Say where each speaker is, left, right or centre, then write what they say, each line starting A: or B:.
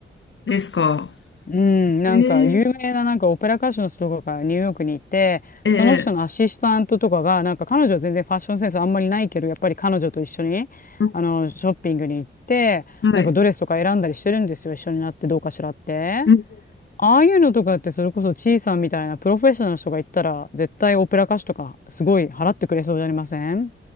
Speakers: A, on the left; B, on the left.
A: ですか。
B: うん、なんか有名ななんかオペラ歌手の人とかがニューヨークにいて、
A: えー、ええ
B: その人のアシスタントとかが、なんか彼女は全然ファッションセンスあんまりないけど、やっぱり彼女と一緒に、
A: うん
B: あの、ショッピングに行って、
A: はい。
B: なんかドレスとか選んだりしてるんですよ、一緒になってどうかしらって。
A: うん、
B: ああいうのとかってそれこそチーさんみたいなプロフェッショナルの人が行ったら、絶対オペラ歌手とかすごい払ってくれそうじゃありません